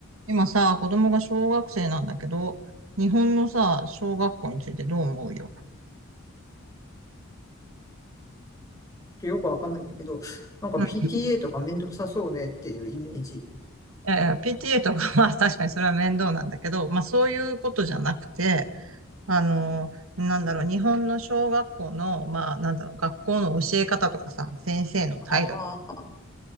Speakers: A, on the right (about 75°); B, on the left (about 15°).
A: 今さ、子供が小学生なんだけど、日本のさ、小学校についてどう思うよ。
B: とよくわかんないんだけど、なんか
A: うん。
B: PTA
A: い
B: とかめんどくさそうねっていうイメージ。
A: やいや、PTA とか <laughs> まあ確かにそれは面倒なんだけど、まあそういうことじゃなくて、あの、なんだろう、日本の小学校の、まあなんだろう、学校の教え方とかさ、先生の態度とか、
B: ああ、